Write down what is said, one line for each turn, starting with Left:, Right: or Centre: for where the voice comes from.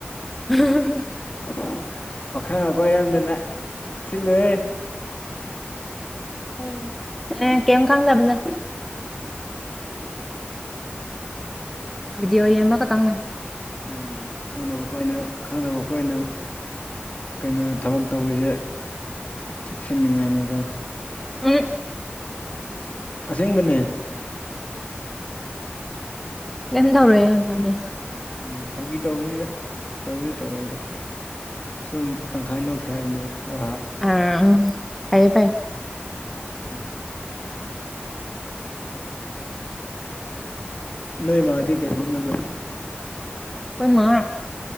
Centre: <inaudible>
Left: <unintelligible> ꯁꯤꯂꯦ ꯑ
Centre: ꯑꯦ ꯀꯦꯝ ꯈꯥꯎꯪ ꯂꯕꯖꯥꯛ ꯚꯗꯤꯑꯣ ꯌꯦꯡꯕ ꯈꯛꯇꯪꯅ꯫
Left: ꯎꯝ ꯈꯪꯅꯕꯈꯣꯏꯅ ꯈꯪꯅꯕ ꯈꯣꯏꯅ ꯀꯩꯅꯣ ꯊꯕꯛ ꯇꯧꯕꯁꯦ ꯆꯦꯛꯁꯤꯟꯅꯤꯡꯉꯥꯏꯅꯤꯀꯣ
Centre: ꯎꯝ
Left: ꯑꯁꯦꯡꯕꯅꯦ꯫
Centre: ꯀꯩꯝ ꯇꯧꯔꯛꯑꯦ ꯃꯥꯗꯤ꯫
Left: ꯎꯝ ꯐꯥꯒꯤ ꯇꯧꯕꯅꯤꯗ ꯇꯧꯗꯤ ꯇꯧꯔꯣꯏꯗ ꯁꯨꯝ ꯇꯪꯈꯥꯏ ꯅꯣꯛꯁꯦ ꯍꯥꯏꯕꯅꯤꯗ ꯑ
Centre: ꯑ ꯐꯥꯏꯌꯦ ꯐꯥꯏ
Left: <inaudible> ꯅꫭꯏ ꯃꯥꯗꯤ ꯀꯩ ꯍꫭꯠꯅꯕ꯭ꯔ?
Centre: ꯑꯩꯈꯣꯏ ꯃꯥ